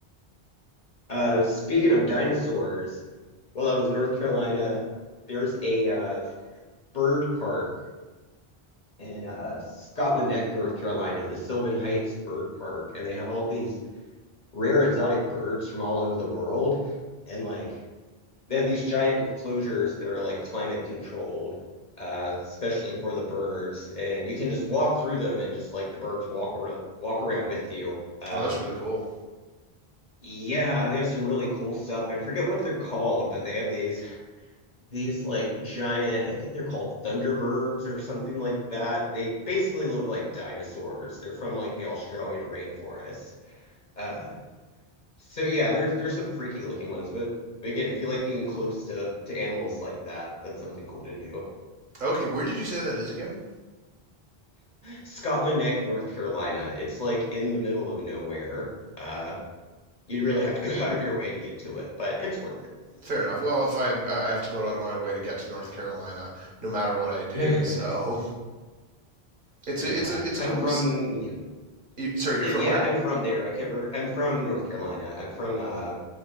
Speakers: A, on the left (about 45°); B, on the right (about 55°).
A: Uh, speaking of dinosaurs, while I was in North Carolina, there's a uh, bird park in uh, Scotland Neck, North Carolina, the Sylvan Heights Bird Park, and they have all these rare exotic birds from all over the world, and like they have these giant enclosures that are like climate controlled, uh, especially for the birds, and you can just walk through them and just like the birds walk around, walk around with you. Uh,
B: Oh, that's really cool.
A: yeah, they have some really cool stuff. I forget what they're called, but they have these these like giant, I think they're called Thunderbirds or something like that. They basically look like dinosaurs. They're from like the Australian rainforest. Uh, so yeah, there's there's some freaky looking ones, but again, if you like being close to to animals like that, that's something cool to do.
B: Okay, where did you say that is again?
A: Scotland Neck, North Carolina. It's like in the middle of nowhere. Uh, you'd really have to go <laughs> out of your way to get to it, but it's worth it.
B: Fair enough. Well, if I I I have to go out of my way to get to North Carolina, no matter what I do,
A: <laughs>
B: so it's
A: Yeah,
B: a it's a it's
A: I'm
B: a cool.
A: from
B: s-
A: yeah.
B: you- Sorry, you're
A: It,
B: from
A: yeah,
B: where?
A: I'm from there. I can't remember. I'm from North Carolina. I'm from uh